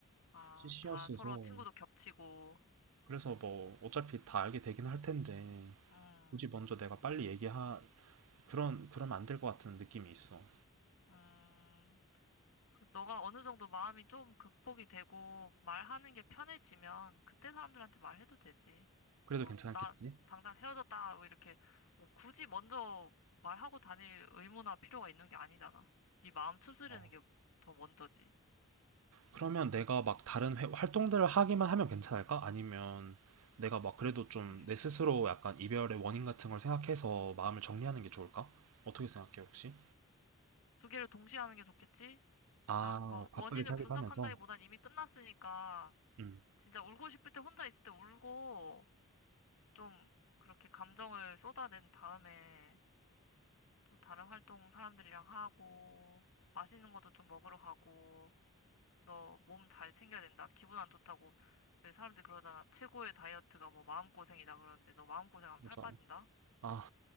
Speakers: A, on the left; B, on the right.
A: 아,
B: CC였어서.
A: 다 서로 친구도 겹치고,
B: 그래서 뭐, 어차피 다 알게 되긴 할 텐데,
A: 응,
B: 굳이 먼저 내가 빨리 얘기하, 그런, 그러면 안 될 것 같은 느낌이 있어.
A: 음, 너가 어느 정도 마음이 좀 극복이 되고 말하는 게 편해지면 그때 사람들한테 말해도 되지.
B: 그래도
A: 뭐,
B: 괜찮겠지?
A: 나 당장 헤어졌다. 뭐 이렇게 뭐 굳이 먼저 말하고 다닐 의무나 필요가 있는 게 아니잖아. 네 마음 추스르는
B: 어,
A: 게 더 먼저지.
B: 그러면 내가 막 다른 회- 활동들을 하기만 하면 괜찮을까? 아니면 내가 막 그래도 좀
A: 그렇게.
B: 내 스스로 약간 이별의 원인 같은 걸 생각해서 마음을 정리하는 게 좋을까? 어떻게 생각해, 혹시?
A: 두 개를 동시에 하는 게 좋겠지?
B: 아,
A: 일단 뭐
B: 바쁘게
A: 원인을
B: 살기도
A: 분석한다기보단
B: 하면서?
A: 이미 끝났으니까
B: 음,
A: 진짜 울고 싶을 때 혼자 있을 때 울고 좀 그렇게 감정을 쏟아낸 다음에 또 다른 활동 사람들이랑 하고, 맛있는 것도 좀 먹으러 가고, 너 몸 잘 챙겨야 된다. 기분 안 좋다고. 왜 사람들이 그러잖아. 최고의 다이어트가 뭐 마음고생이다 그러는데 너 마음고생하면
B: 맞아.
A: 살 빠진다?
B: 아,